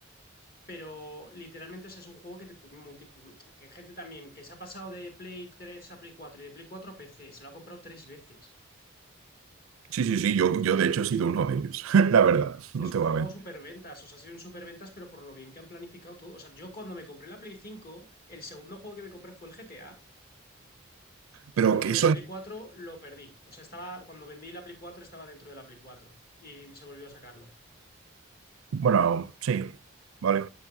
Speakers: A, on the left; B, on the right.
A: Pero literalmente, ese es un juego que, te- multi- que gente también que se ha pasado de Play 3 a Play 4 y de Play 4 a PC, se lo ha comprado tres veces.
B: sí, sí, sí, yo, yo de hecho he sido uno de ellos, <laughs> la verdad, no
A: Es un
B: te
A: juego
B: voy a mentir.
A: superventas, o sea, ha sido un superventas, pero por lo bien que han planificado todo. O sea, yo cuando me compré la Play 5 el segundo juego que me compré fue el GTA,
B: Pero
A: porque
B: que
A: el
B: eso
A: de la Play 4 lo perdí. O sea, estaba, cuando vendí la Play 4 estaba dentro de la Play 4 y se volvió a sacarlo.
B: Bueno, sí, vale.